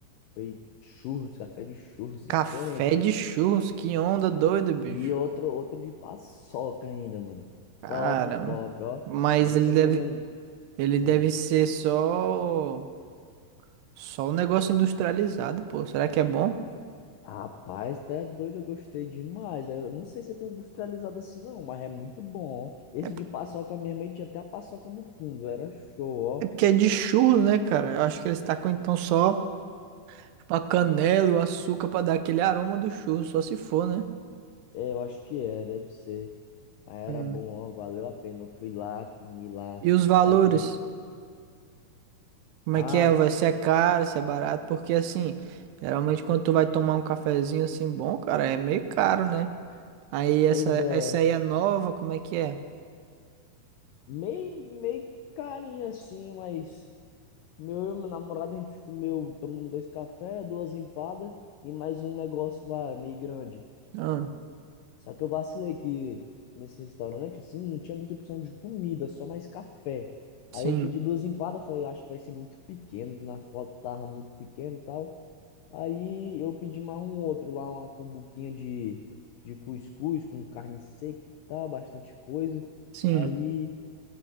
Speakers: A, on the left; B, on the right.
A: foi churros, café de churros, diferente.
B: Café de churros, que onda doida, bicho.
A: E outro, outro de paçoca ainda, mano.
B: Cara,
A: Top, top, ó.
B: mas
A: Nunca
B: ele deve,
A: tomei...
B: ele deve
A: Ah.
B: ser só, só um negócio industrializado, pô. Será que é bom?
A: Rapaz, tá doido, eu gostei demais. Eu não sei se é tão industrializado assim, não, mas é muito bom, ó. Esse
B: É, p-
A: de paçoca mesmo, aí tinha até a paçoca no fundo, era show, ó.
B: é porque é de churro, né, cara? Eu acho que eles tacam então só a canela e o açúcar pra dar aquele aroma do churro, só se for, né?
A: É, eu acho que é, deve ser. Mas era
B: Hum.
A: bom, ó, valeu a pena. Eu fui lá, comi lá,
B: E os valores?
A: aí eu comi.
B: Como
A: Ah,
B: é que é?
A: acho-
B: Vai ser caro, se é barato? Porque assim, geralmente quando tu vai tomar um cafezinho assim bom, cara, é meio caro, né? Aí essa,
A: pois é,
B: essa aí é nova, como é que é?
A: meio, meio carinho assim, mas meu e meu namorado, a gente comeu, tomamos dois cafés, duas empadas e mais um negócio lá, meio grande.
B: Ah,
A: Só que eu vacilei que nesse restaurante, assim, não tinha muita opção de comida, só mais café.
B: sim,
A: Aí eu pedi duas empadas, falei, "Ah, acho que vai ser muito pequeno, na foto tava muito pequeno e tal. Aí eu pedi mais um outro lá, uma combuquinha de, de cuscuz com carne seca e tal, bastante coisa.
B: sim.
A: Aí